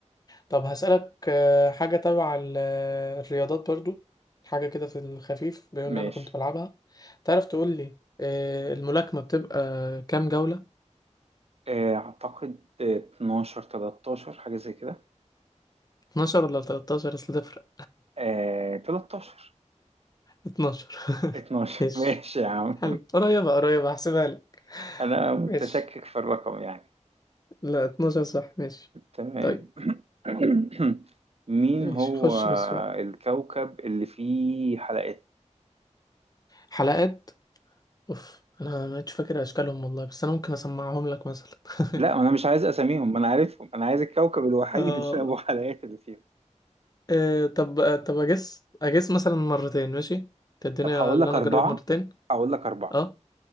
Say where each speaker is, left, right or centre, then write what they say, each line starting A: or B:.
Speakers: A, on the left (about 30°); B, on the right (about 55°).
A: طب هسألك آه، حاجة تبع ال- آه، الرياضات برضو حاجة كده في الخفيف بما
B: ماشي
A: ان انا كنت بلعبها تعرف تقول لي آه، الملاكمة بتبقى كام جولة
B: آه، أعتقد 12 13 حاجة زي كده
A: 12 ولا 13 اصل تفرق
B: آه، 13
A: 12 <laughs>
B: 12
A: ماشي
B: <laughs> ماشي يا عم
A: حلو
B: <laughs>
A: قريبة قريبة هحسبها لك
B: أنا متشكك
A: ماشي
B: في الرقم يعني
A: لا 12 صح ماشي
B: تمام
A: طيب
B: <clears throat> <coughs> مين
A: ماشي
B: هو
A: خش في السؤال
B: الكوكب اللي فيه حلقات؟
A: حلقات اوف انا ما عدتش فاكر اشكالهم والله بس انا ممكن اسمعهم لك مثلا <laughs>
B: لا أنا مش عايز أساميهم أنا عارفهم أنا عايز الكوكب الوحيد
A: آه.
B: اللي أبو حلقات اللي فيهم
A: آه. طب آه. طب اجس اجس مثلا مرتين ماشي تديني
B: طب هقول
A: اللي
B: لك
A: انا
B: أربعة
A: اجرب مرتين
B: هقول لك أربعة
A: اه